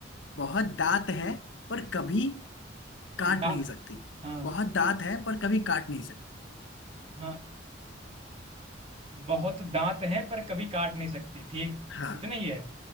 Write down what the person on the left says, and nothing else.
बहुत दांत है पर कभी काट
नहीं सकती
बहुत दांत है पर कभी काट नहीं सकती
हाँ